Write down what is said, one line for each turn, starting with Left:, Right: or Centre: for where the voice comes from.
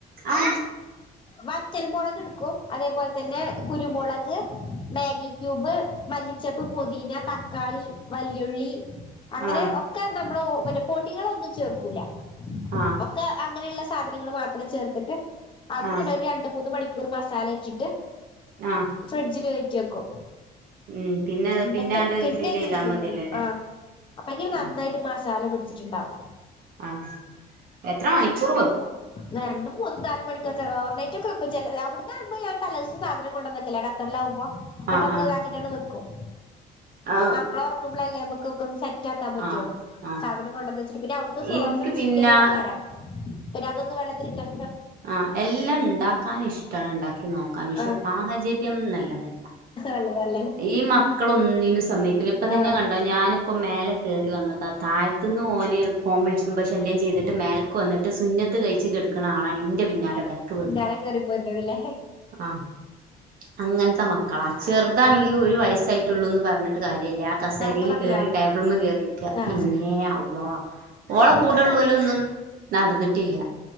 Right: ആ
Left: വറ്റൽ മൊളക് ഇട്ക്കും അതേപോല്തന്നെ കുരുമൊളക് മേഗി ക്യൂബ് മല്ലി ചെപ്പ് പൊതീന തക്കാളി വല്ലുള്ളി അങ്ങനെ
Right: ആ
Left: ഒക്ക നമ്മള് പിന്നെ പൊടികളൊന്നും ചേർക്കൂല
Right: ആഹ്
Left: ക്ക അങ്ങനെയുള്ള സാധനങ്ങൾ മാത്രം ചേർത്തിട്ട് അത്
Right: ആ
Left: നിലവിൽ രണ്ട് മൂന്ന് മണിക്കൂർ മസാല ഇച്ചിട്ട്
Right: ആഹ്
Left: ഫ്രിഡ്ജിൽ കേറ്റി വെക്കു
Right: ഉം പിന്നെ
Left: എന്നിട്ട്
Right: പിന്നാണ്ട്
Left: പിന്നെ
Right: ഗ്രില്ല്
Left: ക്രി‌
Right: ചെയ്താ മതിയല്ലോല്ലേ
Left: ഒള്ളൂ ആഹ് അപ്പയ്ക്ക്‌ നന്നായിട്ട്
Right: ആ
Left: മസാല പിടിച്ചട്ടുണ്ടാവും
Right: ആഹ് എത്ര മണിക്കൂറ് വെ
Left: രണ്ടും മൂന്നും നാലും മണിക്കുർ ക്കെ ഓവർ നൈറ്റ്‌ ഒക്കെ വെക്കും ചെലത് അവിടന്നമ്പോ ഞാ തല ദിസ സാധനം കൊണ്ടുവന്നക്കില്ല ഖത്തറിലാവുമ്പോ കൊണ്ടക്ക
Right: ആ ആ
Left: ട്ടാണ്ട് വെക്കും
Right: ആ
Left: മക്കൾ ഒറങ്ങുമ്പൾ അല്ലെ നമ്മുക്ക് ഒക്കെ ഒന്ന് സെറ്റ് റ്റക്കാ പറ്റുള്ളൂ
Right: ആ ആ
Left: സാധനം കൊണ്ടന്ന് വച്ചട്ട് പിന്നെ അവിടുത്തെ ഫ്രോസൺ
Right: ഇൻക്ക് പിന്നെ
Left: ചിക്കനും ആക്കാരാ പിന്നെ അതൊന്ന് വെള്ളത്തിലിട്ട്
Right: ആഹ് എല്ലാം ഉണ്ടാക്കാൻ ഇഷ്ട ഉണ്ടാക്കി നോക്കാൻ പക്ഷെ
Left: ആ
Right: സാഹച ര്യം നല്ലതല്ല
Left: വെള്ള വെള്ളല്
Right: ഈ മക്കളോ ഒന്നിനും സമ്മക്കില്ല ഇപ്പ
Left: ആ
Right: തന്നെ കണ്ടോ ഞന് മേല കേറി വന്നതാ താഴത്തുന്ന് ഓനെ ഫോം വിളിച്ച പക്ഷെ ശല്യാം ചെയ്തിട്ട് മേലക്ക് വന്നിട്ട് സുന ത്ത് കഴിച്ച് കെടക്കന്ന ആളാണ് നിന്റെ പിന്നാലെ ബാക്ക് വ
Left: മേലെ കെറി പോര്ന്നതില്ലേ
Right: ആഹ് അങ്ങനത്തെ മക്കളാ ചെറുതാണെങ്കി ഒരു വയസായിട്ടുള്ളൂന്ന് പറഞ്ഞിട്ട് കാരില്ല ആ കസേരായിൽ
Left: നടക്കാൻ തുടങ്ങിയോ
Right: കേറി ഇവിട്ന്ന് കേറിക്ക
Left: ആ
Right: പിന്നെ അവ്വാ ഓള കൂടൊള്ളോ
Left: ഇതൊക്കെപ്പ
Right: ലോന്നും നടന്നിട്ടില്ല